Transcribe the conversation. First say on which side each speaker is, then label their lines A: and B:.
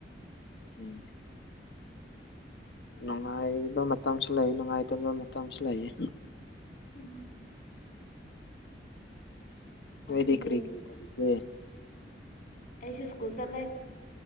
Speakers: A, on the left (about 75°); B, on the left (about 55°).
A: ꯎꯝ ꯅꯨꯡꯉꯥꯢꯕ ꯃꯇꯝꯁꯨ ꯂꯩ ꯅꯨꯡꯉꯥꯢꯇꯕ ꯃꯇꯝꯁꯨ ꯂꯩꯌꯦ
B: ꯎꯝ
A: ꯅꯣꯢꯗꯤ
B: ꯑꯗꯨꯗꯤ
A: ꯀꯔꯤ ꯀ꯭ꯔꯤ <unintelligible>
B: ꯑꯩꯁꯨ ꯁ꯭ꯀꯨꯜ ꯆꯠꯂꯦ